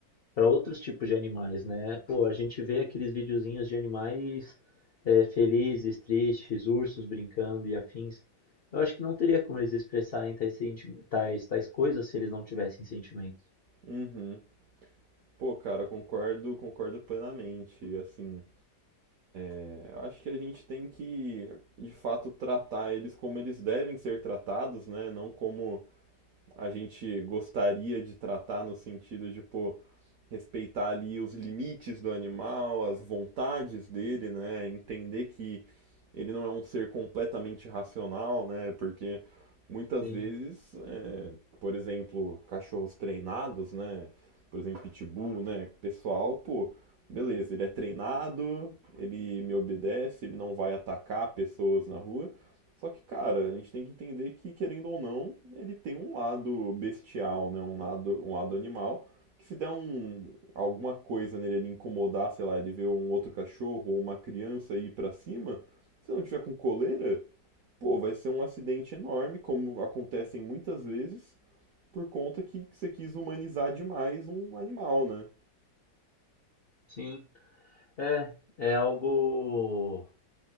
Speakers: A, on the left; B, on the right.
A: para outros tipos de animais, né? Pô, a gente vê aqueles videozinhos de animais é, felizes, tristes, ursos brincando e afins. Eu acho que não teria como eles expressarem tais, senti- tais, tais coisas se eles não tivessem sentimentos.
B: Uhum. Pô, cara, concordo, concordo plenamente. Assim, é, eu acho que a gente tem que, de fato, tratar eles como eles devem ser tratados, né? Não como a gente gostaria de tratar no sentido de, pô, respeitar ali os limites do animal, as vontades dele, né? Entender que ele não é um ser completamente racional, né? Porque muitas
A: Sim,
B: vezes, é, por exemplo, cachorros treinados, né? Por exemplo, pitbull, né? Pessoal, pô, beleza, ele é treinado, ele me obedece, ele não vai atacar pessoas na rua. Só que, cara, a gente tem que entender que, querendo ou não, ele tem um lado bestial, né? Um lado, um lado animal. Que se der um, alguma coisa nele, ele incomodar, sei lá, ele ver um outro cachorro ou uma criança ir pra cima, se não tiver com coleira, pô, vai ser um acidente enorme, como acontecem muitas vezes, por conta que você quis humanizar demais um animal, né?
A: sim. É, é algo.